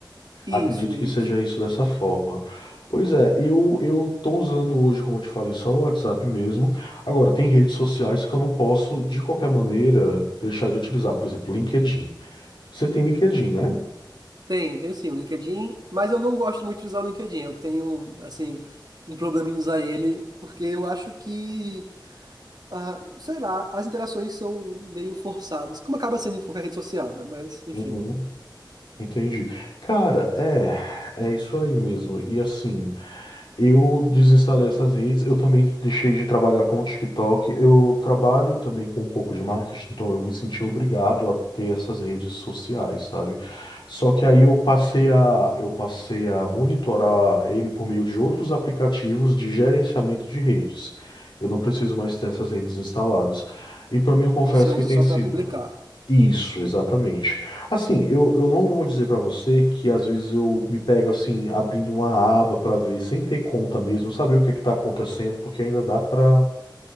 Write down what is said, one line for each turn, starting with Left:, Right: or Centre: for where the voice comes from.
Right: Isso,
Left: Acredito
Right: isso.
Left: que seja isso dessa forma. Pois é, eu eu tô usando hoje, como eu te falei, só o WhatsApp mesmo. Agora, tem redes sociais que eu não posso, de qualquer maneira, deixar de utilizar. Por exemplo, LinkedIn. Você tem LinkedIn, né?
Right: Tenho, tenho sim, o LinkedIn, mas eu não gosto muito de usar o LinkedIn. Eu tenho, assim, um problema em usar ele, porque eu acho que, ah, sei lá, as interações são meio forçadas, como acaba sendo em qualquer rede social, né? Mas, enfim,
Left: Uhum. Entendi. Cara, é, é isso aí mesmo. E assim, eu desinstalei essas redes, eu também deixei de trabalhar com o TikTok. Eu trabalho também com um pouco de marketing, então eu me senti obrigado a ter essas redes sociais, sabe? Só que aí eu passei a, eu passei a monitorar ele por meio de outros aplicativos de gerenciamento de redes. Eu não preciso mais ter essas redes instaladas. E para mim, eu confesso
Right: você usa
Left: que tem
Right: só
Left: sido.
Right: para publicar.
Left: Isso, exatamente. Assim, eu, eu não vou dizer pra você que às vezes eu me pego assim, abrindo uma aba pra ver, sem ter conta mesmo, saber o que é que tá acontecendo, porque ainda dá pra,